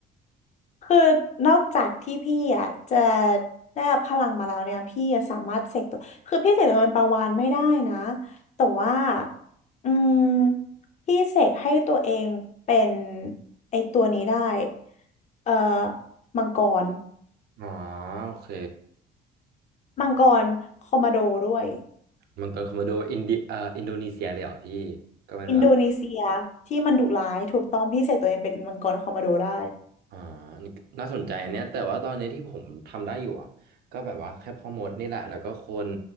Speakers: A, on the left; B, on the right.
A: คือนอกจากที่พี่อ่ะจะได้รับพลังมาแล้วเนี่ยพี่อะสามารถเสกตัวคือพี่เสกตัวเป็นปลาวาฬไม่ได้นะแต่ว่าอืมพี่เสกให้ตัวเองเป็นไอตัวนี้ได้เอ่อมังกร
B: อ๋อโอเค
A: มังกรคอมมาโดด้วย
B: มังกรคอมโมโดอินเดียเอ่ออินโดนีเซียเลยเหรอพี่ก็เป็นแบบ
A: อินโดนีเซียที่มันดุร้ายถูกต้องพี่เสกตัวเองเป็นมังกรคอมมาโดได้
B: อ่านี่น่าสนใจเนี่ยแต่ว่าตอนนี้ที่ผมทำได้อยู่อะก็แบบว่าแค่พ่อมดนี่แหละ แล้วก็คน